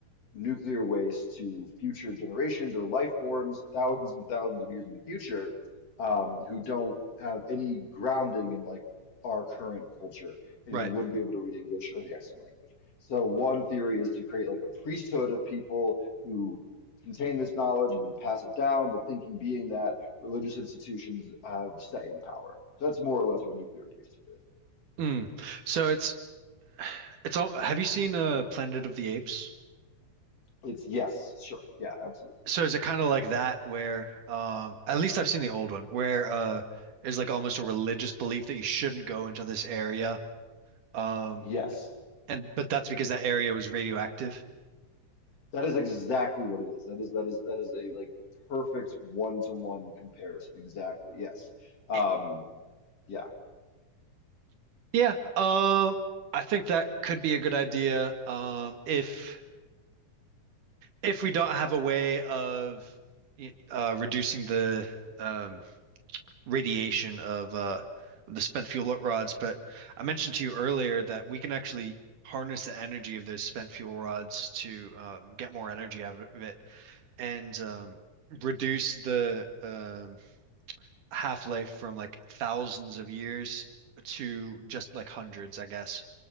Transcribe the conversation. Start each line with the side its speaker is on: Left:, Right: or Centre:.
Left: nuclear waste to future generations or life forms thousands and thousands of years in the future um, who don't have any grounding in like our current culture and
Right: Right.
Left: who wouldn't be able to read English or the extant language. So one theory is to create like a priesthood of people who contain this knowledge and then pass it down, the thinking being that religious institutions have staying power. So that's more or less what a nuclear priesthood is.
Right: Mm. So it's it's all have you seen uh Planet of the Apes?
Left: It's yes, sure, yeah, absolutely.
Right: So is it kind of like that where um at least I've seen the old one where uh is like almost a religious belief that you shouldn't go into this area. Um
Left: Yes.
Right: and but that's because that area was radioactive.
Left: That is exactly what it is. That is that is that is a like perfect one-to-one comparison. Exactly. Yes. Um,
Right: It,
Left: yeah.
Right: yeah, um I think that could be a good idea um if if we don't have a way of uh, reducing the um, radiation of uh, the spent fuel rods, but I mentioned to you earlier that we can actually harness the energy of those spent fuel rods to um, get more energy out of it and um, reduce the um, half-life from like thousands of years to just like hundreds, I guess,